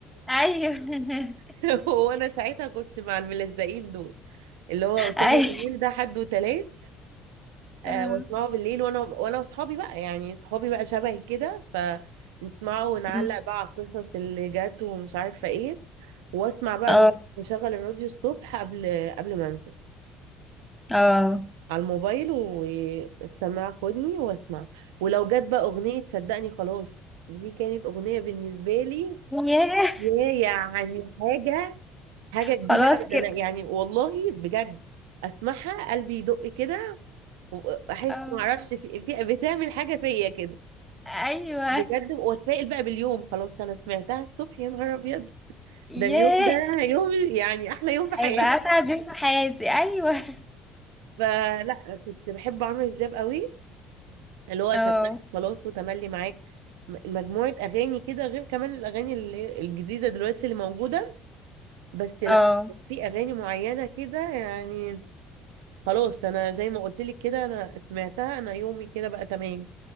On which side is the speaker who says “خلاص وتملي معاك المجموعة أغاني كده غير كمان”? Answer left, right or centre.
Right